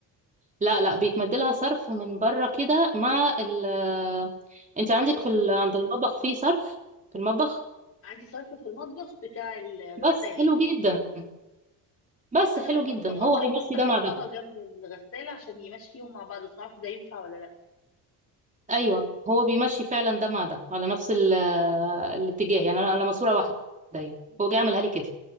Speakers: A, on the right; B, on the left.
A: لا لا بيتمد لها صرف من بره كده مع ال آه، انت عندك
B: الحوض
A: في ال... عند المطبخ فيه صرف في المطبخ
B: عندي صرف في المطبخ بتاع الغسالة
A: بس حلو جدا بس
B: فأنا
A: حلو
B: بف...
A: جدا
B: بفكر
A: هو هيمشي
B: كنت أحطها
A: ده مع ده
B: جنب الغسالة عشان يمشيهم مع بعض بس معرفش ده ينفع ولا لأ
A: ايوه هو بيمشي فعلا ده مع ده على نفس ال... آه، الاتجاه يعني انا على ماسوره واحده يعني
B: مم.
A: هو جاي عملها لي كده